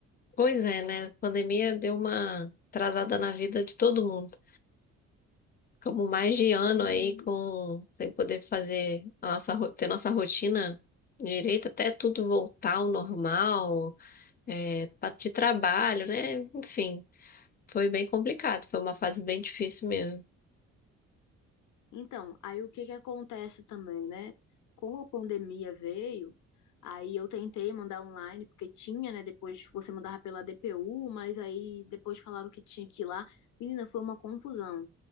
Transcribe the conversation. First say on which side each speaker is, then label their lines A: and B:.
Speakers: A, on the left (about 30°); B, on the left (about 75°).
A: Pois é, né, a pandemia deu uma atrasada na vida de todo mundo. Ficamos mais de ano
B: E
A: aí com sem poder fazer a nossa ro- ter nossa rotina direito até tudo voltar ao normal. é, pa- de trabalho, né? Enfim, foi bem complicado, foi uma fase bem difícil mesmo.
B: então, aí o que que acontece também, né? Com a pandemia veio Aí eu tentei mandar online, porque tinha, né? Depois você mandava pela DPU, mas aí depois falaram que tinha que ir lá. Menina, foi uma confusão.